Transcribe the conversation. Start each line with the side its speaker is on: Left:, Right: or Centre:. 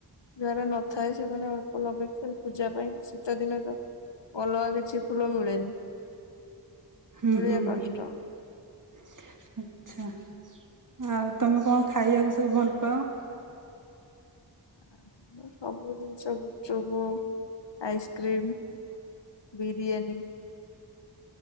Left: ଯାଆ ର ନଥା ଏ। ସେମାନେ ଅଳ୍ପ ଲଗେଇକି ଖାଲି ପୂଜା ପାଇଁ ଶୀତ ଦିନ ତ ଅଲଗା କିଛି। ଫୁଲ ମିଳେନି।
Right: ହୁଁ
Left: ମିଳିବା
Right: ହୁଁ ହୁଁ
Left: କଷ୍ଟ।
Right: ଆଚ୍ଛା। ଆଉ ତମେ କଣ ଖାଇବାକୁ ସବୁ ଭଲ ପାଅ।
Left: ଆମେ ସବୁ ଜିନିଷ ଗୁପଚୂପୁ ଆଇସ୍କ୍ରିମ। ବିରିୟାନୀ।